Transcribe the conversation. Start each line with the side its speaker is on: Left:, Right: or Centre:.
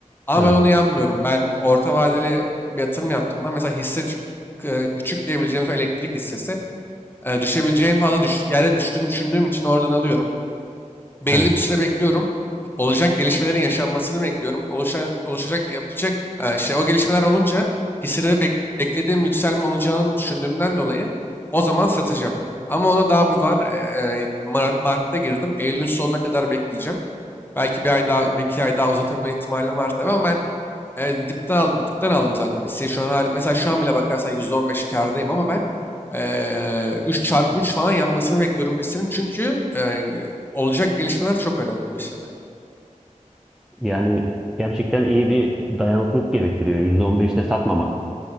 Left: Ama
Centre: Evet,
Left: ben onu yapmıyorum. Ben orta vadeli bir yatırım yaptığımda mesela hisse ç- k- küçük diyebileceğimiz o elektrik hissesi e, düşebileceğin fazla düş yere düştüğünü düşündüğüm için oradan alıyorum. belli
Centre: evet.
Left: bir süre bekliyorum. Olacak gelişmelerin yaşanmasını bekliyorum. Oluşan, oluşacak, yapılacak e, işte o gelişmeler olunca hisseleri bek- beklediğim yükselme olacağını düşündüğümden dolayı o zaman satacağım. Ama ona daha bir var. e, e, Mart, Mart'ta girdim. Eylül'ün sonuna kadar bekleyeceğim. Belki bir ay daha, bir iki ay daha uzatabilme ihtimalim var tabii ama ben e, dipten aldım, dipten aldım zaten hisseyi. Şu an hala, mesela şu an bile bakarsan %15 kârdayım ama ben e, 3 çarpı 3 falan yanmasını bekliyorum hissinin. Çünkü e, olacak gelişmeler çok önemli bu hissede.
Centre: Yani gerçekten iyi bir dayanıklılık gerektiriyor. yüzde on beşte satmamak